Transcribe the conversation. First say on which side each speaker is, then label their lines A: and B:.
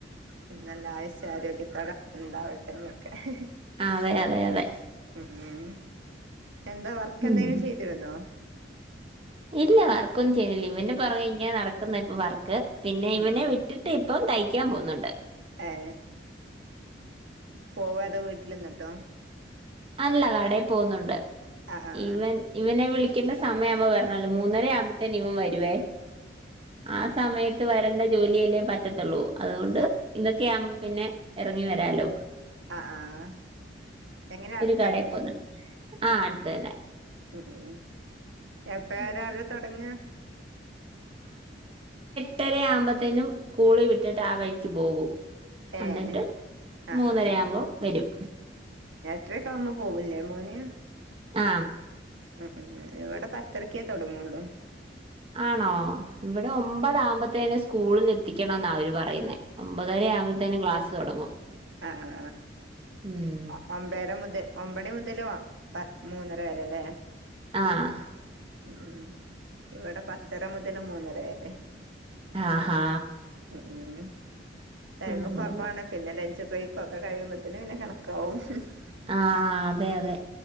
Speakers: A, on the right; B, on the right.
A: പിന്നല്ലാ ആയുസ് ആരോഗ്യത്തോടെ ഉണ്ടാവട്ടെന്ന് വെക്ക് ഹ് ഹ്
B: അതെ അതെ അതെ
A: ഉം ഉം എന്താ വർക്ക്
B: ഉം.
A: എന്തെലും ചെയ്തിരുന്നോ?
B: ഇല്ല വർക്കൊന്നും ചെയ്തില്ല ഇവന്റെ പെറകെ ഇങ്ങനെ നടക്കുന്നെ ഇപ്പോ വർ ക്ക് പിന്നെ
A: ഉം
B: ഇവനെ
A: ഉം
B: വിട്ടിട്ട് ഇപ്പം തയ് ക്കാൻ പോവുന്നുണ്ട്.
A: ഏ പോവ എന്ത വീട്ടിൽന്നിട്ടോ
B: അല്ല കടെ പോവുന്നുണ്ട്.
A: ആ ആ
B: ഇവൻ ഇവനെ വിളി ക്കിന്ന സമയം ആവ്മ്പോ വരണല്ലോ മൂന്നര യാ തനേം ഇവൻ വരുവേ ആ സമയ ത്ത് വരണ്ട ജോലിയല്ലേ പറ്റത്തൊള്ളൂ അതുകൊണ്ട്
A: ആ
B: ഇന്നൊക്കെയാവുമ്പ പിന്നെ എറങ്ങി വരാലോ
A: അ അ ആഹ് എങ്ങനെ അട്
B: കാടെപൊന്നോ ആ അടുത്തന്നെ
A: മ് മ് എപ്പഴ
B: അങ്ങനെ
A: രാവിലെ തൊടങ്ങാ
B: ട്ടര ആമ്പത്തേനും സ്കൂളി വിട്ടിട്ട് ആ വഴിക്ക് പോകും
A: ഏ
B: അന്നിട്ട്
A: ആ
B: മൂന്നര
A: ആ
B: ആമ്പോ വരും
A: ട്ട്ര ക്കെ ആവുബോ പോവൂല്ലേ മോന്
B: ആ
A: ഉം ഉം ഉം ഇവിടെ പത്തരക്കെ തൊ ടങൊള്ളൂ
B: ആണോ ഇവിടെ ഒമ്പതാമ്പത്തേനും സ്കൂളിൽ എത്തിക്കണോന്ന അവര് പറയ്ന്നെ ഒമ്പതര ആവുമ്പോത്തേനും ക്ലാസ്സ് തുടങ്ങും
A: അ അ
B: ഉം
A: ആ അ ഒമ്പേര മുതൽ ഒ പണി മുതലുവ പ മൂന്നര വരെ ല്ലേ
B: ആഹ്
A: ഉം ഇവിടെ പത്തര മുതല് മൂന്നര വരെ
B: ആഹാ
A: മ് മ്മ്ഹ് ടൈമ്
B: അത്
A: കുറവാണ്
B: കൊള്ളാം
A: പിന്നെ ലഞ്ച് ബ്രേക്ക് ഒക്കകഴിയുംപത്തിന് പിന്നെ കട ക്കവും ഹ് ഹ്
B: ആഹ അതെ അതെ